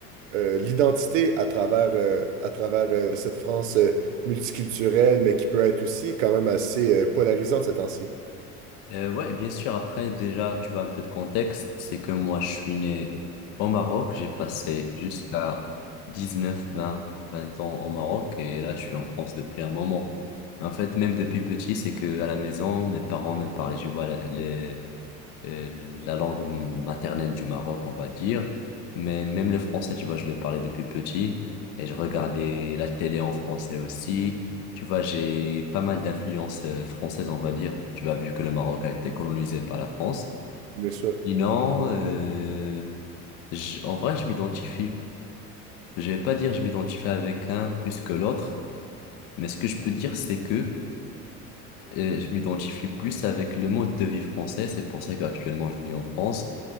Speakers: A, on the right (about 60°); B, on the left (about 45°).
A: euh, l'identité à travers, euh, à travers euh, cette France euh, multiculturelle, mais qui peut être aussi quand même assez euh, polarisante ces temps-ci.
B: Euh, ouais, bien sûr. Après, déjà, tu vois un peu de contexte. C'est que moi, je suis né au Maroc. J'ai passé jusqu'à 19 vingt vingt ans au Maroc. Et là, je suis en France depuis un moment. Mais en fait, même depuis petit, c'est que à la maison, mes parents me parlaient, je vois, les, euh, la langue maternelle du Maroc, on va dire. Mais même le français, tu vois, je le parlais depuis petit et je regardais la télé en français aussi. Tu vois, j'ai pas mal d'influences euh, françaises, on va dire. Tu vois, vu que le Maroc a été colonisé par la France.
A: Bien sûr.
B: Sinon, euh, je- en vrai, je m'identifie. Je vais pas dire je m'identifie avec un plus que l'autre, mais ce que je peux dire, c'est que euh, je m'identifie plus avec le mode de vie français. C'est pour ça qu'actuellement, je vis en France.